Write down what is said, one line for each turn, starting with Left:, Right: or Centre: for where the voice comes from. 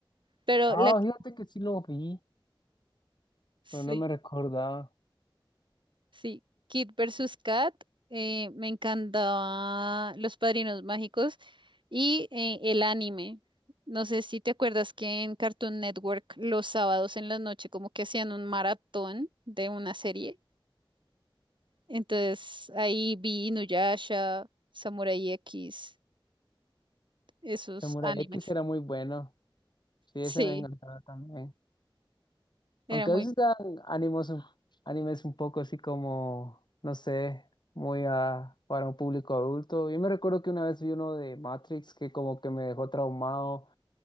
Right: Pero
Left: Ah,
Right: la... que-
Left: fíjate que sí lo vi.
Right: Sí.
Left: pero no me recordaba.
Right: Sí, Kid versus Kat. eh, me encantaba Los Padrinos Mágicos y eh, el anime. No sé si te acuerdas que en Cartoon Network los sábados en la noche como que hacían un maratón de una serie. Entonces ahí vi Inuyasha, Samurai X, esos
Left: Samurai
Right: animes.
Left: X era muy bueno. Sí,
Right: Sí,
Left: ese me encantaba también.
Right: era
Left: Aunque
Right: muy
Left: a veces dan ánimos, un- animes un poco así como, no sé, muy ah, para un público adulto. Yo me recuerdo que una vez vi uno de Matrix que como que me dejó traumado